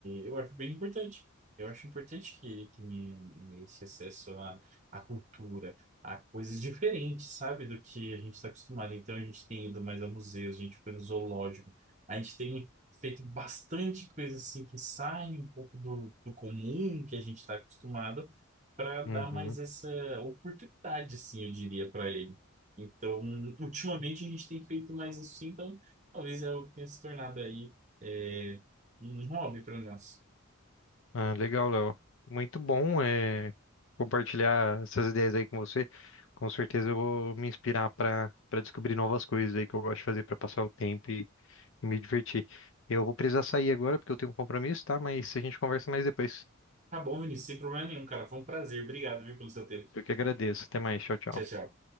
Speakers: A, on the right; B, on the left.
A: eu acho bem importante. Eu acho importante que ele tenha eh, esse acesso à, à cultura, a coisas diferentes, sabe? Do que a gente está acostumado. Então a gente tem ido mais a museus, a gente foi no zoológico, a gente tem feito bastante coisa assim que sai um pouco do, do comum que a gente está acostumado para dar
B: Uhum.
A: mais essa oportunidade, assim, eu diria, para ele. Então, ultimamente a gente tem feito mais isso, então talvez é algo que tenha se tornado aí é, um hobby para nós.
B: Ah, legal, Léo. Muito bom é, compartilhar essas ideias aí com você. Com certeza eu vou me inspirar para para descobrir novas coisas aí que eu gosto de fazer para passar o tempo e, e me divertir. Eu vou precisar sair agora porque eu tenho um compromisso, tá? Mas a gente conversa mais depois.
A: Tá bom, Vinícius, sem problema nenhum, cara. Foi um prazer. Obrigado, viu, pelo seu tempo.
B: Eu que agradeço. Até mais. Tchau, tchau.
A: Tchau, tchau.